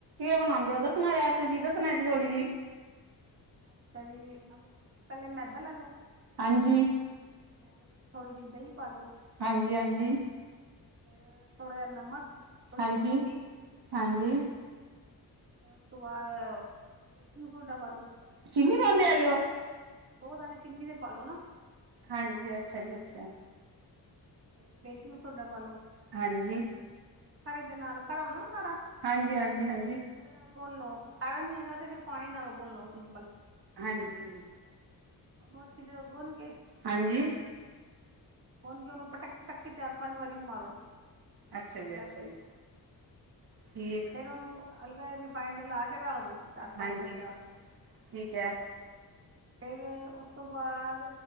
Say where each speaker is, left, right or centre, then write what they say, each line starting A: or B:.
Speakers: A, on the right (about 65°); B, on the right (about 35°).
A: ਕਿਵੇਂ ਬਣਾਦੇ ਓ ਦੱਸਣਾ ਰੈਸਪੀ ਦੱਸਣਾ ਇੱਕ ਥੋੜ੍ਹੀ ਜੀ।
B: ਅੱਛਾ ਜੀ ਆਪ ਪਹਿਲੇ ਮੈਦਾ ਲੈ ਲੋ।
A: ਹਾਂਜੀ
B: ਮੈਂਦੇ ਵਿੱਚ ਥੋੜ੍ਹੀ ਜਿਹੀ ਦਹੀਂ ਪਾਲੋ।
A: ਹਾਂਜੀ-ਹਾਂਜੀ,
B: ਫਿਰ ਥੋੜ੍ਹਾ ਜਿਹਾ ਨਮਕ ਥੋੜ੍ਹੀ
A: ਹਾਂਜੀ।
B: ਚੀਨੀ
A: ਹਾਂਜੀ
B: ਫਿਰ ਉਸ ਤੋਂ ਬਾਅਦ ਬੇਕਿੰਗ ਸੋਡਾ ਪਾ ਲੋ।
A: ਚੀਨੀ ਪਾਉਂਦੇ ਹੈਗੇ ਉਹ?
B: ਦੋ ਦਾਣੇ ਚੀਨੀ ਦੇ ਪਾਲੋ ਨਾ।
A: ਹਾਂਜੀ ਅੱਛਾ ਜੀ। ਅੱਛਾ
B: ਫੇਰ ਬੇਕਿੰਗ ਸੋਡਾ ਪਾ ਲੋ
A: ਹਾਂਜੀ
B: ਤੇ ਖਰੇ ਦੇ ਨਾਲ ਖਰਾ ਹੁੰਦਾ ਨਾ ਖਾਰਾ।
A: ਹਾਂਜੀ ਹਾਂਜੀ ਹਾਂਜੀ
B: ਉਹਦੇ ਨਾਲ ਗੁਨ ਲੋ, ਖਾਰ ਨੀ ਤੇ ਫਿਰ ਪਾਣੀ ਨਾਲ ਗੁੰਨ ਲੋ ਸਿੰਪਲ।
A: ਹਾਂਜੀ
B: ਬਹੁ ਅੱਛੀ ਤਰਾਂ ਗੁੰਨ ਕੇ
A: ਹਾਂਜੀ
B: ਗੁੰਨ ਕੇ ਉਹਨੂੰ ਪਟਕ-ਪਟਕ ਕੇ ਚਾਰ-ਪੰਜ ਵਾਰੀ ਮਾਰੋ।
A: ਅੱਛਾ ਜੀ
B: ਸਲੈਬ
A: ਅੱਛਾ
B: ਤੇ
A: ਜੀ। ਠੀਕ
B: ਫੇਰ ਉਹਨੂੰ ਅਲਗਾ ਰਿਫਾਈੰਡ ਲਾ ਕੇ ਰੱਖ ਦੋ। ਚਾਰ-ਪੰਜ
A: ਹਾਂਜੀ
B: ਘਿੰਟਿਆਂ ਵਾਸਤੇ
A: ਠੀਕ ਹੈ
B: ਫੇਰ ਉਸ ਤੋਂ ਬਾਅਦ